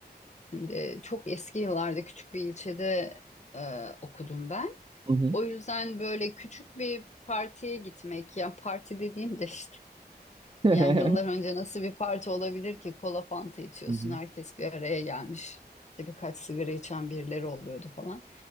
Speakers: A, on the left; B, on the right.
A: Şimdi çok eski yıllarda küçük bir ilçede e, okudum ben.
B: Hı hı.
A: O yüzden böyle küçük bir partiye gitmek, yani parti dediğim de işte
B: <laughs>
A: Yani yıllar önce nasıl bir parti olabilir ki kola fanta içiyorsun
B: Hı hı.
A: herkes bir araya gelmiş. İşte birkaç sigara içen birileri oluyordu falan.